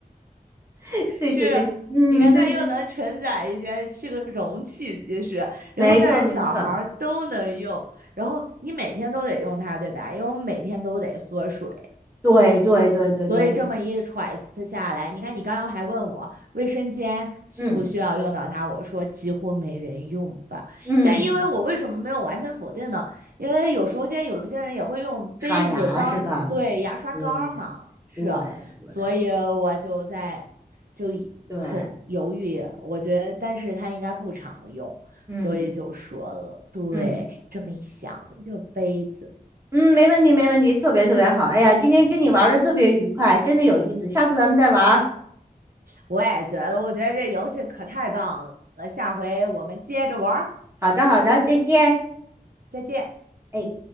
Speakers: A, on the right (about 15°); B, on the right (about 70°).
A: <laughs> 对对对，
B: 是，
A: 嗯，
B: 你看它又能承载一些，
A: 对对对，
B: 是个容器，其实，
A: 没错没错，
B: 然后大人小孩儿都能用，然后你每天都得用它，对吧？因为我们每天都得喝水，
A: 对对对对对，
B: 所以这么一揣测下来，你看你刚刚还问我卫生间需不需要用到它，
A: 嗯
B: 我说几乎没人用吧。
A: 嗯，
B: 但因为我为什么没有完全否定呢？因为有时候间有些人也会用杯子当对牙刷杆儿嘛，
A: 刷牙是吧？对
B: 是，
A: 对对
B: 所以我就在就一很犹豫。
A: 对，
B: 我觉得，但是它应该不常用，
A: 嗯
B: 所以就说了，对，
A: 嗯
B: 这么一想就杯子。
A: 嗯，没问题，没问题，特别特别好。哎呀，今天跟你玩的特别愉快，真的有意思，下次咱们再玩儿。
B: 我也觉得，我觉得这游戏可太棒了，下回我们接着玩儿，
A: 好的，好的，再见。
B: 再见。
A: 哎。